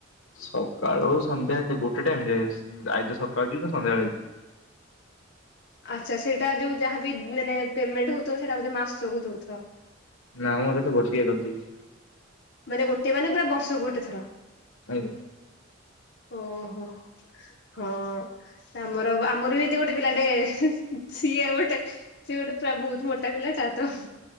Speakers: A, on the left; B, on the left.
A: ସକାଳୁ ସନ୍ଧ୍ୟା ଗୋଟେ ଟାଇମରେ ଅଁ ଆଇଦର ସକାଳୁ ଯିବି କି ସନ୍ଧ୍ୟାବେଳେ ଯିବି।
B: ଆଚ୍ଛା ସେଇଟା ଯୋଉ ଯାହାବି ମାନେ ପେମେଣ୍ଟ ହଉଥିବ ସେଇଟା ବୋଧେ ମାସକୁ ଦଉଥିବ?
A: ନା ମୁଁ ଏବେ ତ ବର୍ଷିକିଆ କରି ଦେଇଛି।
B: ମାନେ ଗୋଟେ ମାନେ ପୁରା ବର୍ଷକୁ ଗୋଟେ ଥର।
A: ଆଜ୍ଞା।
B: ଓହୋ, ହଁ। ଆମର ଆମର ବି ଏମତି ଗୋଟେ ପିଲାଟେ ସିଏ ଗୋଟେ ସେ ଗୋଟେ ପୁରା ବହୁତ ମୋଟା ପିଲାଟା ତ